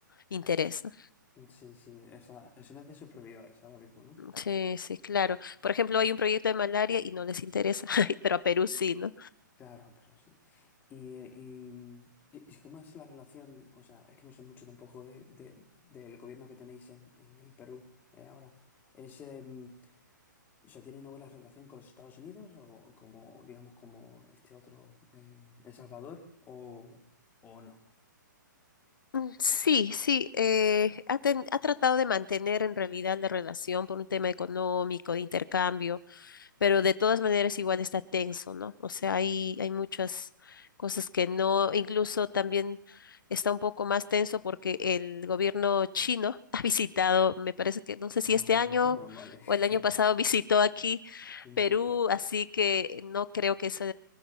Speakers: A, on the left; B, on the left.
A: interés. ¿no?
B: sí, sí, esa, es una de sus prioridades ahora mismo, ¿no?
A: Sí, sí, claro. Por ejemplo, hay un proyecto de malaria y no les interesa, <laughs> pero a Perú sí, ¿no?
B: Claro, pero sí. Y, eh, y, y- y cómo es la relación? O sea, es que no sé mucho tampoco de- de- del gobierno que tenéis en, en el Perú eh, ahora. ¿Es, em, o sea, tiene una buena relación con los Estados Unidos o como, digamos, como este otro, em, El Salvador o, o no?
A: Mm, Sí, sí, eh, ha, ten- ha tratado de mantener en realidad la relación por un tema económico, de intercambio, pero de todas maneras igual está tenso, ¿no? O sea, hay, hay muchas cosas que no, incluso también está un poco más tenso porque el gobierno chino <laughs> ha visitado, me parece que no sé si
B: Ah,
A: este año
B: vale.
A: o el año
B: <laughs>
A: pasado <laughs> visitó aquí
B: Entiendo.
A: Perú, así que no creo que eso